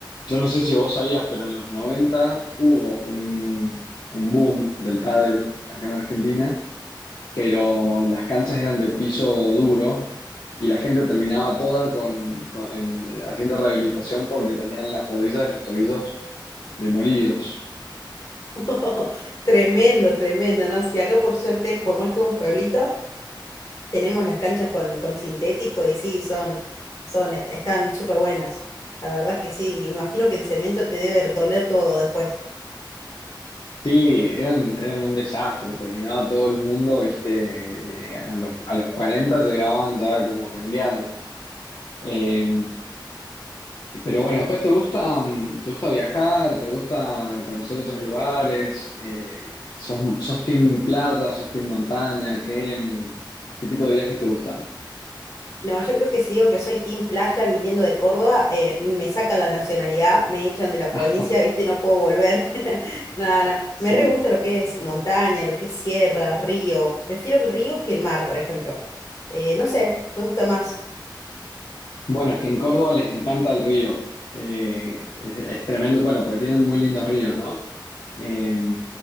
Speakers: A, on the left; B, on the left.
A: yo no sé si vos sabías, pero en los 90 hubo un, un boom del pádel acá en Argentina pero las canchas eran de piso duro y la gente terminaba toda con, con- en- haciendo rehabilitación porque tenían las rodillas y los tobillos demolidos.
B: <laughs> Tremendo, tremendo, ¿no? Sí, acá por suerte, por más que un pueblito, tenemos las canchas con, con sintético y sí, son, son, est- están súper buenas. La verdad es que sí, me imagino que en cemento te debe doler todo después.
A: Sí, eran, eran un desastre, terminaba todo el mundo, viste, eh, a los, a los 40 llegaban ya como rengueando. Eh, pero bueno, después te gusta, mm, te gusta viajar, te gusta conocer otros lugares, eh, sos, sos team playa, sos team montaña, ¿qué, mm, qué tipo de viajes te gustan?
B: No, yo creo que si digo que soy team playa viniendo de Córdoba, eh, me saca la nacionalidad, me echan de la
A: Ah,
B: provincia, ¿viste? No puedo volver. <laughs> No, no,
A: sí.
B: me re gusta lo que es montaña, lo que es sierra, río. Prefiero el río que el mar, por ejemplo. Eh, no sé, me gusta más.
A: Bueno, es que en Córdoba les encanta el río. Eh, es, es tremendo. Bueno, porque tienen muy lindos ríos, ¿no? Eh,